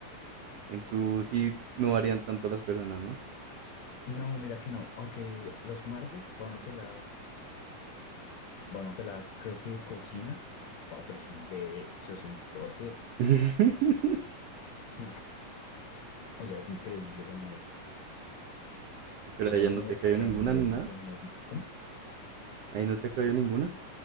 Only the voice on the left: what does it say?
No, mira que no. Aunque los martes van a pelar, van a pelar, creo que cocina. Ah, pero es un bebé, o sea, es un tote.
Mm. O sea, es increíble esa mujer.
O sea,
el
mo-
o sea,
modelito,
modelito. ¿Cómo?